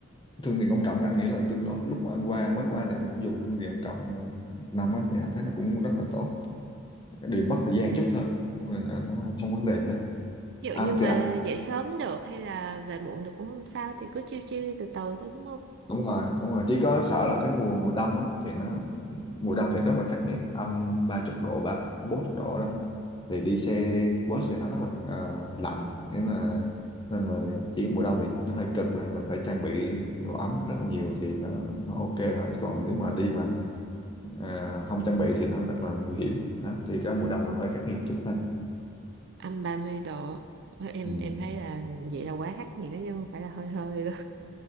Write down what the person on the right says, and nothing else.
Ví dụ
như mà
dậy sớm được hay là về muộn được cũng không sao thì cứ chiêu chiêu đi từ từ thôi đúng không?
âm ba mươi độ Ôi, em
em thấy là vậy là quá khắc nghiệt đó chứ không phải là hơi hơi đâu